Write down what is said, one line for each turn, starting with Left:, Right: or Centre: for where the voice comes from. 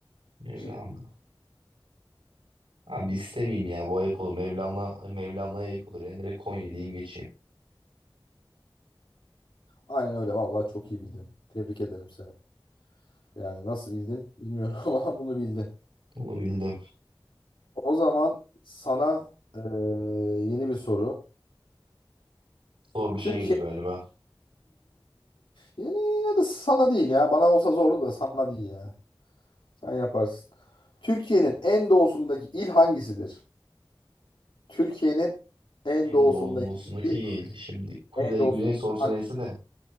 Right: Mevlana.
Left: Şık.
Right: Abi istemeyeyim ya. Bu ayıp olur. Mevlana, Mevlana'ya ayıp olur. Yani direkt Konya diyeyim geçeyim.
Left: Aynen öyle. Vallahi çok iyi bildin. Tebrik ederim seni. Yani nasıl bildin bilmiyorum <laughs> ama bunu bildin.
Right: Bunu bildim.
Left: O zaman sana eee, yeni bir soru.
Right: Zor bir
Left: Türkiye
Right: şey geliyor galiba.
Left: yani ya da sana değil ya. Bana olsa zordu da sana değil ya. Sen yaparsın. Türkiye'nin en doğusundaki il hangisidir? Türkiye'nin en
Right: En
Left: doğusundaki
Right: doğusundaki
Left: il,
Right: il. Şimdi kuzey
Left: en doğusundaki
Right: güney sorsa
Left: il
Right: neyse de.